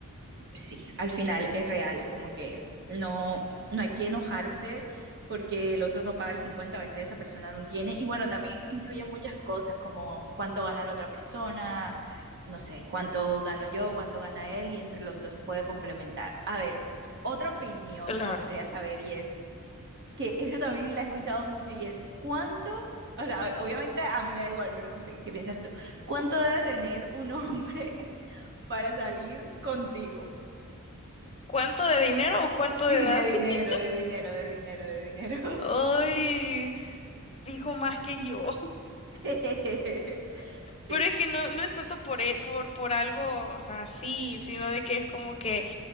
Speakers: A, on the right; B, on the left.
A: sí, al final es real, como que no, no hay que enojarse porque el otro no paga el 50 a veces esa persona no tiene. Y bueno, también influyen muchas cosas, como cuánto gana la otra persona, no sé, cuánto gano yo, cuánto gana él, y entre los dos se puede complementar. A ver, otra opinión
B: Claro.
A: me gustaría saber y es que eso también la he escuchado mucho y es cuánto, o sea, o- obviamente a mí me da igual, pero no sé, ¿qué piensas tú? ¿Cuánto debe tener un hombre <laughs> para salir contigo?
B: ¿Cuánto de dinero o cuánto
A: Sí,
B: de edad?
A: de dinero,
B: <laughs>
A: de dinero, de dinero, de dinero.
B: Ay, dijo más que yo.
A: <laughs>
B: <laughs> Pero es
A: Sí.
B: que no, no es tanto por, e- por, por algo, o sea, sí, sino de que es como que